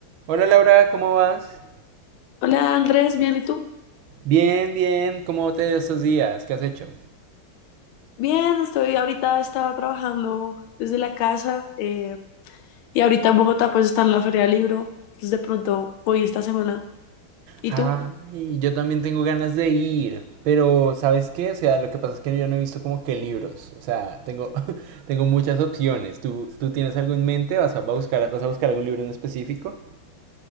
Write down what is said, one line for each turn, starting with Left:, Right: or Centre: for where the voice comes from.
Right: Hola Laura, ¿cómo vas?
Left: Hola Andrés, bien, ¿y tú?
Right: Bien, bien, ¿cómo te ha ido estos días? ¿Qué has hecho?
Left: Bien, estoy ahorita, estaba trabajando desde la casa eh, y ahorita en Bogotá pues está en la Feria del Libro, entonces de pronto voy esta semana. ¿Y
Right: Ay,
Left: tú?
Right: yo también tengo ganas de ir, pero ¿sabes qué? O sea, lo que pasa es que yo no he visto como que libros, o sea, tengo, <laughs> tengo muchas opciones. ¿Tú, tú tienes algo en mente? ¿Vas a, va a buscar, vas a buscar algún libro en específico?